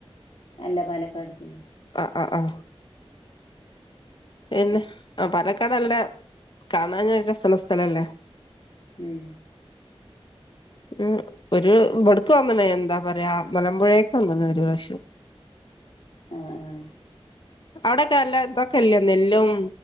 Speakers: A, on the left (about 65°); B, on the left (about 50°).
A: അല്ല പാലക്കാട് ജില്ലെ
B: ആ ആ പിന്നെ ആ പാലക്കാട് നല്ല കാണാന് രസള്ള സ്ഥലല്ലേ
A: ഉം
B: ഉം ഒരു ഇവിട്ക്ക് വന്നണേ എന്താ പറയാ മലമ്പുഴേക്ക് വന്ന്ണ് ഒരു പ്രാവശ്യം
A: ആ ആ
B: അവിടെക്കെ നല്ല ഇതൊക്കെ ഇല്ലേ നെല്ലും